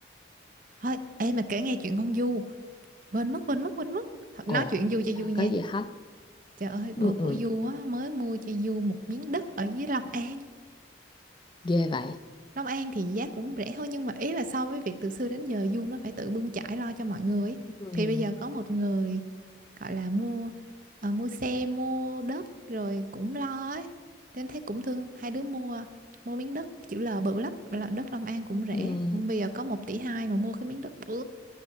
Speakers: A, on the right; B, on the left.
A: thôi em mà kể nghe chuyện con Du quên mất quên mất quên mất Thôi,
B: ồ
A: nói chuyện Du cho
B: đâu
A: vui nha
B: có gì hết
A: trời ơi bồ
B: ừ,
A: của
B: ừ,
A: Du á mới mua cho Du một miếng đất ở dưới Long An
B: ghê vậy
A: Long An thì giá cũng rẻ hơn nhưng mà ý là so với việc từ xưa đến giờ Du nó phải tự bươn chải lo cho mọi người ấy.
B: ừ,
A: Thì bây giờ có một người gọi là mua ờ, mua xe mua đất rồi cũng lo ấy nên thấy cũng thương hai đứa mua mua miếng đất chữ L bự lắm là đất Long An cũng rẻ
B: ừ,
A: bây giờ có một tỷ hai mà mua cái miếng đất bự